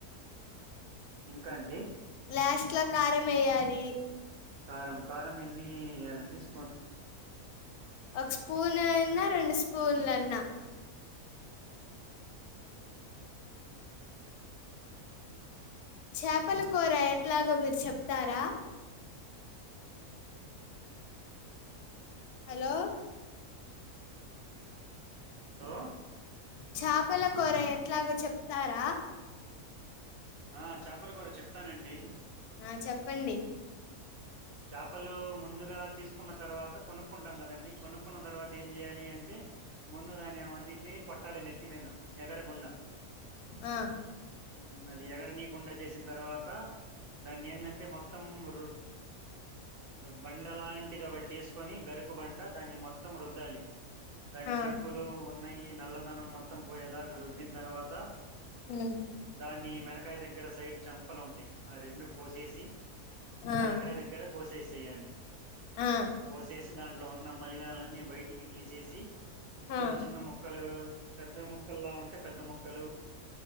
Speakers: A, on the right; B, on the left.
A: ఇంకా అండి
B: లాస్ట్ లో కారం వేయ్యాలి
A: కారం కారం ఎన్ని వేయాలండి స్పూన్
B: ఒక స్పూన్ అన్నా రెండు స్పూన్లన్న చేపల కూర ఎట్లాగో మీరు చెప్తారా హలో
A: హలో
B: చేపల కూర ఎట్లాగో చెప్తారా
A: ఆ చేపల కూర చెప్తానండి
B: ఆ చెప్పండి
A: చేపలు ముందుగా తీసుకున్న తర్వాత కొనుక్కుంటాం కదండి కొనుక్ కున్న తర్వాత ఏం చేయాలి అంటే ముందు దాని అవన్నిటిని కొట్టాలి నెత్తి మీద ఎగరకుండా
B: ఆ
A: ఉమ్ అది ఎగరనీకుండా చేసిన తర్వాత దాన్ని ఏంటంటే మొత్తం రు బండ లాంటిది ఒకటి తీసుకొని గరుకు బండ దాని మొత్తం మొత్తం రుద్దాలి దాని
B: ఆ
A: చెక్కులు ఉన్నాయి నల్లదనం మొత్తం మోత్తం పోయేదాగా రుద్దిన తర్వాత
B: ఉమ్మ్
A: దాన్ని మెడకాయ దగ్గర సైడ్ చెంపల్లు ఉంటాయి ఆ రెండు కోసేసి
B: ఆ
A: తలకాయ దగ్గర కోసేసేయాలి
B: ఆ
A: కోసేసి దాంట్లో ఉన్న మలినాలన్నీ బయటికి తీసేసి చిన్న
B: ఆ
A: చిన్న మొక్కలుగా పెద్ద ముక్కల్లా ఉంటే పెద్ద మొక్కలు